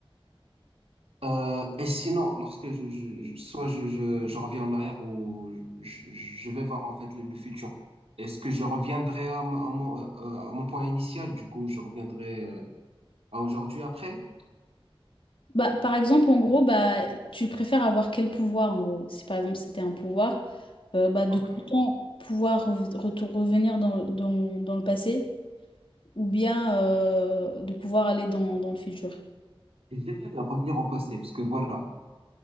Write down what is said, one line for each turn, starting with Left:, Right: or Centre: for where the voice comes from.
Right: Euh, et sinon, lorsque je, je- je- soit je, je, je reviens en arrière ou je, je je vais voir en fait le, le futur, est-ce que je reviendrai à, mon- à mon, euh, à mon point initial? Du coup, je reviendrai euh, à aujourd'hui après?
Left: Bah, par exemple, en gros, bah, tu préfères avoir quel pouvoir, en gros? Si par exemple c'était un pouvoir, euh, bah, de
Right: Ouais.
Left: tout le temps pouvoir rev- retour- revenir dans, dans, dans le passé ou bien euh, de pouvoir aller dans, dans le futur.
Right: je dirais euh, revenir au passé, parce que voilà.